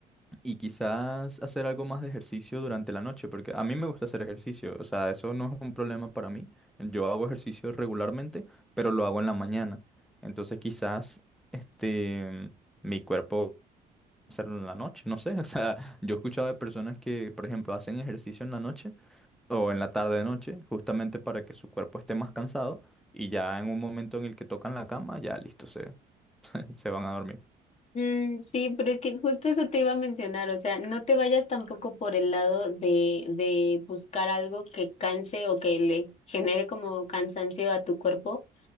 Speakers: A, in the centre; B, on the left (about 40°).
A: y quizás hacer algo más de ejercicio durante la noche, porque a mí me gusta hacer ejercicio, o sea, eso no es un problema para mí. Yo hago ejercicio regularmente, pero lo hago en la mañana. Entonces quizás este mi cuerpo hacerlo en la noche, no sé, <laughs> o sea, yo he escuchado de personas que, por ejemplo, hacen ejercicio en la noche o en la tarde noche, justamente para que su cuerpo esté más cansado y ya en un momento en el que tocan la cama, ya listo, se, <laughs> se van a dormir.
B: Mm, sí, pero es que justo eso te iba a mencionar, o sea, no te vayas tampoco por el lado de, de buscar algo que canse o que le genere como cansancio a tu cuerpo